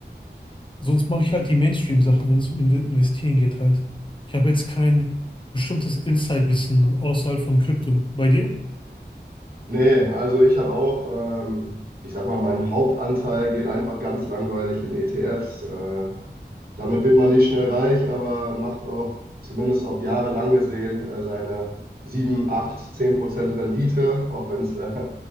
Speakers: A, on the left; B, on the right.
A: sonst mache ich halt die Mainstream-Sachen, wenn es um Inve- Investieren geht halt. Ich habe jetzt kein bestimmtes Insight-Wissen außerhalb von Krypto. Bei dir?
B: nee, also ich habe auch, ähm, ich sag mal, mein Hauptanteil geht einfach ganz langweilig in ETFs. Äh, Damit wird man nicht schnell reich, aber macht auch zumindest auf Jahre lang gesehen äh, seine 7, 8, 10 Prozent Rendite, auch wenn es äh,